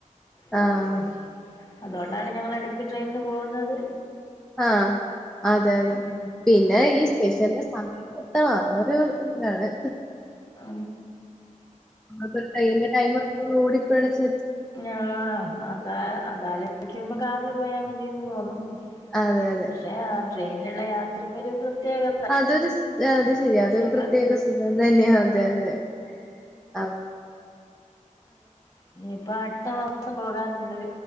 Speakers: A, on the left; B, in the centre.
A: ഉം
B: ആഹ്
A: അതുകൊണ്ടാണ് ഞങ്ങള എടക്ക് ട്രെയിനിന് പോകുന്നത്
B: ആ അതെ അതെ
A: ഉം
B: പിന്നെ ഈ സ്പെഷ്യല് എത്തണം ഒരു ഇതാണ്
A: ഉ
B: അടൈന്റെ ടൈമ ഓടിപ്പടച്ച
A: ആ അതാ അതാലയ്ക്കുമ്പോ കാറില് പോയാ മതിന്ന് തോന്നും
B: അതെ അതെ
A: പക്ഷെ ആ ട്രെയിനിലുള്ള യാത്രക്കൊരു പ്രത്യേകത
B: അതൊരു അത് ശരി അതൊരു
A: സുഖ
B: പ്രത്യേക സുഖം തന്നെയാ അതെ അതെ അ
A: ഇനിയിപ്പ അടുത്ത മാസം പോകാനുള്ള